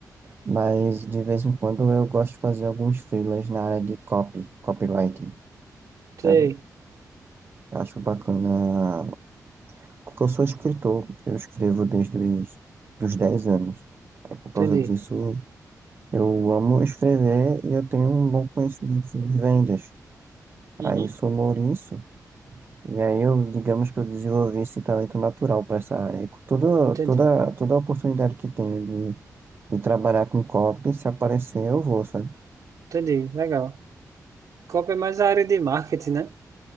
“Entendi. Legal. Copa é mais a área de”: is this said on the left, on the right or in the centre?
Right